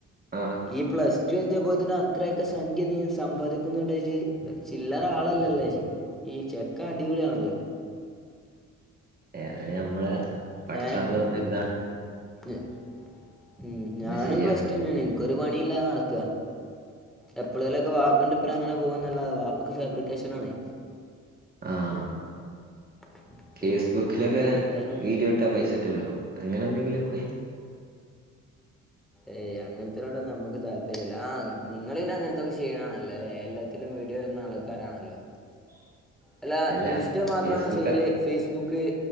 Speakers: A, on the right; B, in the centre.
A: ആഹ് അഹ്
B: ഈ പ്ലസ് ടു എത്തിയപോത്തിന് അത്രയൊക്കെ സംഖ്യ നീ സമ്പാദിക്കുന്നുണ്ട് ജ്ജ് ചില്ലരാളല്ലല്ലേ ജ്ജ് യ്യ് ചെക്കം അടിപൊളിയാണല്ലോ
A: ഏ അത് ഞമ്മളെ പടച്ചോൻ
B: ഏ
A: ഞമ്മക്ക് തന്ന ഒരിത് ആണ്
B: ഞ ഉം ഞാനും
A: എന്താ ചെയ്യാ
B: പ്ലസ് ടുന്നേണ് ഇൻക്കൊരു പണിയില്ലാതെ നടക്ക എപെളെലോക്കെ വാപ്പന്റ് പ്പരം അങ്ങനെ പോകുന്നല്ലതെ വാപ്പക്ക് ഫാബ്രിക്കേഷൻ ആണെ
A: ആഹ്
B: <inaudible>
A: ഫേസ്ബുക്കിലൊക്കെ
B: എന്തായാലും
A: വീഡിയോ ഇട്ടാ പൈസ കിട്ടൊല്ലോ അങ്ങനെ എന്തെങ്കിലും വയി
B: ഏയ് അങ്ങൻതെരിപടിയൊന്നും ഞമ്മക്ക് താല്പര്യല്ല. ആഹ് നിങ്ങൾ പിന്നെ അങ്ങനത്തൊക്കെ ചെയ്ണാണല്ലോ ല്ലെ എല്ല ത്തിലും വീഡിയോ ട്ന്നാ ആൾക്കാരാണല്ലോ
A: <inaudible>
B: അല്ല ഇൻസ്റ്റ മാത്രാണോ
A: ഫേസ്ബുക്ക്
B: ചെയ്യല് ഫേസ്ബുക്ക്